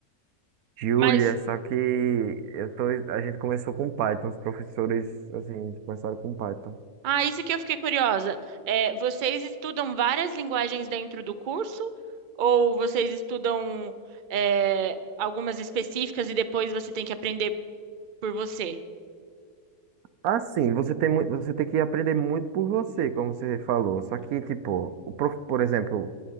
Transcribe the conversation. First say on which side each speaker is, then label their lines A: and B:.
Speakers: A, on the right; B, on the right.
A: Julia,
B: Mas
A: só que eu tô, a gente começou com Python, os professores assim começaram com Python.
B: ah, isso que eu fiquei curiosa. É, vocês estudam várias linguagens dentro do curso ou vocês estudam é, algumas específicas e depois você tem que aprender por você?
A: Ah, sim, você tem muito, você tem que aprender muito por você, como você falou. Só que tipo, o prof, por exemplo,